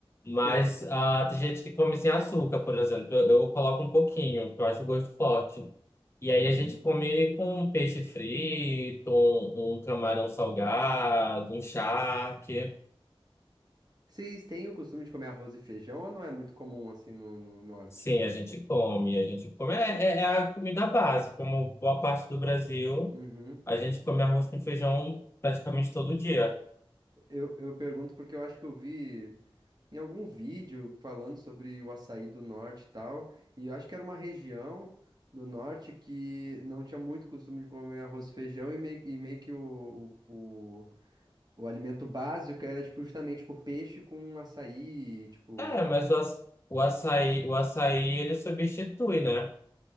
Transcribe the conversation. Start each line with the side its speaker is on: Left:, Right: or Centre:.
Left: Mas
Right: <laughs>
Left: ah, tem gente que come sem açúcar, por exemplo. Eu, eu coloco um pouquinho, porque eu acho o gosto forte. E aí
Right: Uhum.
Left: a gente come com um peixe frito, um, um camarão salgado, um charque.
Right: Vocês têm o costume de comer arroz e feijão ou não é muito comum assim no, no norte?
Left: Sim, a gente come, a gente come. É, é- é a comida base, como boa parte do Brasil,
Right: Uhum.
Left: a gente come arroz com feijão praticamente todo dia.
Right: Eu, eu pergunto porque eu acho que eu vi. em algum vídeo falando sobre o açaí do norte e tal. E eu acho que era uma região do norte que não tinha muito costume de comer arroz e feijão e meio, e meio que o, o, o, o alimento básico era, tipo, justamente, tipo, peixe com açaí, tipo...
Left: É, mas o, aç- o açaí, o açaí ele substitui, né?